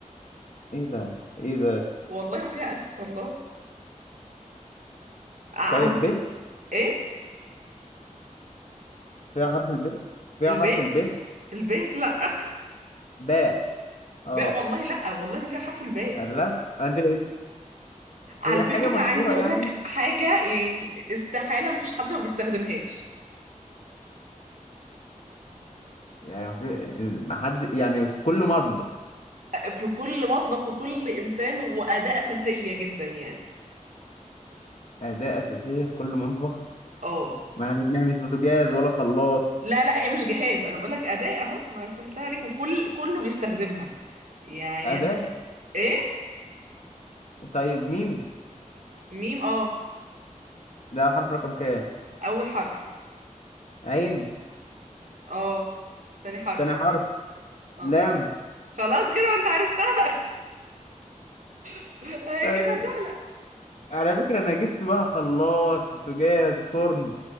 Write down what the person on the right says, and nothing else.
<laughs>
والله ما فيها ألف والله على
إيه
الباء
الباء لا <laughs>
باء والله لا والله ما فيها حرف الباء
على
فكرة
عايزة أقول
لك حاجة يعني استحالة ما فيش حد ما بيستخدمهاش
في كل مطبخ وكل إنسان وأداة أساسية جدا يعني
اه
لا لا هي مش جهاز انا بقول لك اداة اهو ما سهلتها عليك وكل كله بيستخدمها يعني
هتست... ايه
ميم اه
اول حرف
اه تاني حرف
اه
خلاص كده انت عرفتها <laughs> هي
كده سهلة